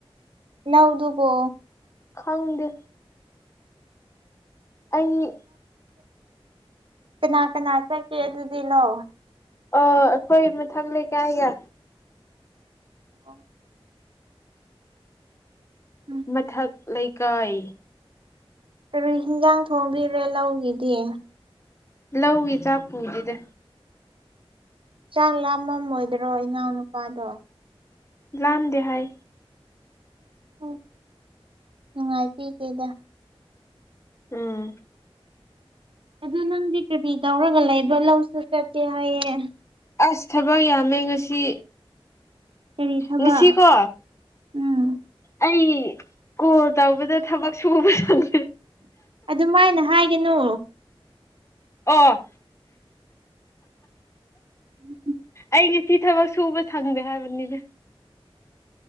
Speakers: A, on the right; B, on the left.
A: ꯂꯧꯗꯨꯕꯣ
B: ꯈꯪꯗꯦ ꯑꯩ
A: ꯀꯅꯥ ꯀꯅꯥ ꯆꯠꯀꯦ ꯑꯗꯨꯗꯤ ꯂꯥꯛꯑꯣ
B: ꯑ ꯑꯩꯈꯣꯏ ꯃꯊꯪ ꯂꯩꯀꯥꯏꯒ
A: ꯑꯣ ꯎꯝ
B: ꯃꯊꯛ ꯂꯩꯀꯥꯏ
A: ꯀꯔꯤ ꯌꯦꯟꯖꯥꯡ ꯊꯣꯡꯂꯤꯕꯔꯥ ꯂꯧꯒꯤꯗꯤ
B: ꯂꯧꯒꯤ ꯆꯥꯛ ꯄꯨꯗꯦꯗ
A: ꯆꯥꯛ ꯂꯥꯝꯃꯝꯃꯣꯏꯗ꯭ꯔꯣ ꯏꯅꯥꯎꯅꯨꯄꯥꯗꯣ
B: ꯂꯝꯗꯦꯍꯥꯏ
A: ꯑꯣ ꯅꯨꯡꯉꯥꯏꯕꯤ ꯗꯦꯗ
B: ꯎꯝ
A: ꯑꯗꯨ ꯅꯪ ꯗꯤ ꯀꯔꯤꯇꯤ ꯇꯧꯔꯒ ꯂꯩꯕ꯭ꯔꯣ ꯂꯧꯁꯨ ꯆꯠꯇꯦ ꯍꯥꯏꯌꯦ
B: ꯑꯁ ꯊꯕꯛ ꯌꯥꯝꯃꯦ ꯉꯁꯤ
A: ꯀꯔꯤ ꯊꯕꯛ
B: ꯉꯁꯤꯀꯣ
A: ꯎꯝ
B: ꯑꯩ ꯀꯣꯜ ꯇꯧꯕꯗ ꯊꯕꯛ ꯁꯨꯕ ꯁꯪ
A: ꯑꯗꯨꯃꯥꯏꯅ ꯍꯥꯏꯒꯅꯣ
B: ꯑꯣ
A: ꯎꯝ ꯎ
B: ꯑꯩ ꯉꯁꯤ ꯊꯕꯛ ꯁꯨꯕ ꯁꯪꯗꯦ ꯍꯥꯏꯕꯅꯤꯗ